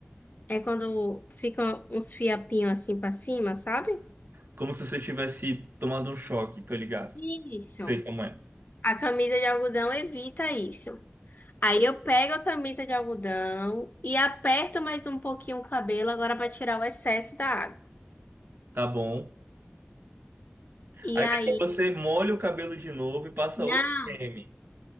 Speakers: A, on the left (about 45°); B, on the right (about 60°).
A: É quando ficam uns fiapinhos assim pra cima, sabe?
B: Como se você tivesse tomado um choque, tô ligado.
A: Isso.
B: Sei como é.
A: A camisa de algodão evita isso. Aí eu pego a camisa de algodão e aperto mais um pouquinho o cabelo agora para tirar o excesso da água.
B: Tá bom.
A: E
B: Aí
A: aí,
B: depois você molha o cabelo de novo e passa
A: não.
B: outro creme.